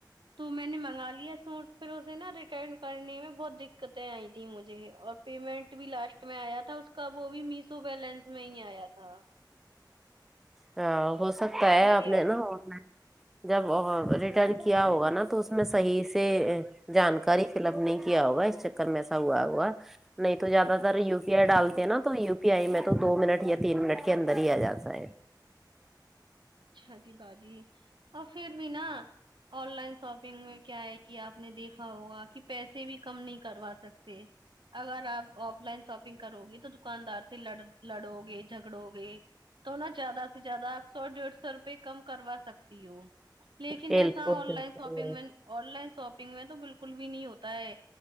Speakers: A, on the right (about 85°); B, in the centre.
A: تو میں نے منگا لیا سوٹ پھر اسے نا ریٹرن کرنے میں بہت دقتیں آئی تھی مجھے اور پیمنٹ بھی لاسٹ میں آیا تھا اس کا وہ بھی میسو بیلینس میں ہی آیا تھا
B: آ ہو سکتا ہے
A: میرے
B: آپ نے نا آن لائن جب ریٹرن کیا ہوگا نا تو اس میں صحیح سے جانکاری فل اپ نہیں کیا ہوگا اس چکر میں ایسا ہوا ہوا نہیں تو زیادہ تر یو پی آئی ڈالتے ہیں نا تو یو پی آئی میں تو دو منٹ یا تین منٹ کے اندر ہی آ جاتا ہے
A: اچھا جی باجی اور پھر بھی نا آن لائن شاپنگ میں کیا ہے کہ آپ نے دیکھا ہوگا کہ پیسے بھی کم نہیں کروا سکتے اگر آپ آف لائن شاپنگ کرو گے تو دکاندار سے ل لڑو گے جھگڑو گے تو نا زیادہ سے زیادہ آپ سو ڈیڑھ سو روپئے کم کروا سکتی ہو لیکن
B: بالکل
A: ایسا آن
B: بالکل
A: لائن ساپنگ میں آن لائن ساپنگ میں تو بالکل بھی نہیں ہوتا ہے